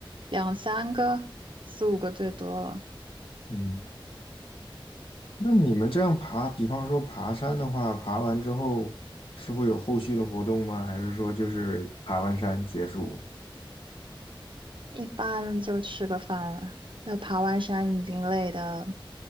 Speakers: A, on the right; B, on the left.
A: 两三个、四五个最多了。
B: 嗯。那你们这样爬，比方说爬山的话，爬完之后是会有后续的活动吗？还是说就是爬完山结束？
A: 一般就吃个饭了。那爬完山已经累的